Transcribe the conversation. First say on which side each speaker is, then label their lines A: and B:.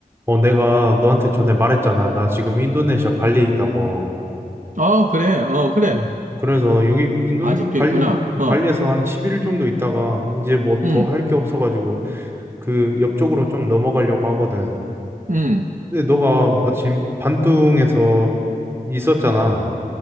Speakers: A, on the right (about 15°); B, on the right (about 55°).
A: 어, 내가 너한테 전에 말했잖아. 나 지금 인도네시아 발리에 있다고.
B: 어, 그래, 어, 그래.
A: 음, 그래서 여기 인도
B: 아직도
A: 발리
B: 있구나. 어,
A: 발리에서 한 10일 정도 있다가 이제 뭐
B: 음,
A: 더 할 게 없어가지고 그 옆쪽으로 좀 넘어가려고 하거든.
B: 음,
A: 근데 너가 마침 반둥에서 있었잖아.